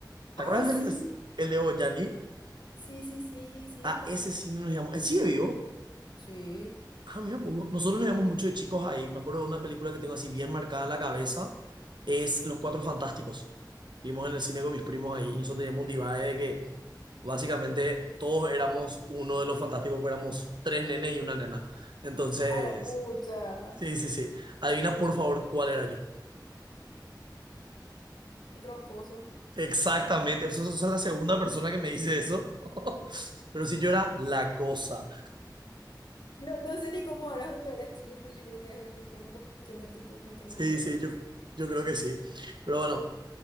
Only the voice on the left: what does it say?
¡Ay,
sí!
Sí, sí, sí. Sigue
estando.
Sí.
A la pucha.
El rocoso.
No, no sé ni cómo eras cuando eras chico, pero yo creo que es por una cuestión de actitud más que
nada, pero
aquí.